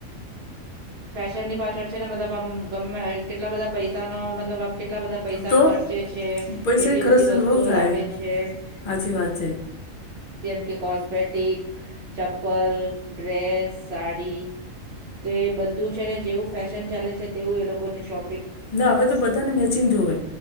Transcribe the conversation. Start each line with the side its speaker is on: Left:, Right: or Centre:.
Right: ફેશન ની પાછળ છે ને મતલબ આમ ગમે કેટલા બધા પૈસા ન મતલબ આમ કેટલા બધા પૈસા
Left: તો
Right: ખર્ચે છે
Left: પૈસા
Right: એટલી
Left: એ ખર્ચ
Right: બધી વસ્તુઓ
Left: બહુ થાય
Right: લાવે છે.
Left: સાચી વાત છે
Right: જેમ કે કોસ્મેટિક ચપ્પલ ડ્રેસ સાડી તે બધું. તું છે ને જેવું ફેશન ચાલે છે તેવું એ લોકોને શોપ
Left: ના હવે તો બધાને મેચિંગ જોવે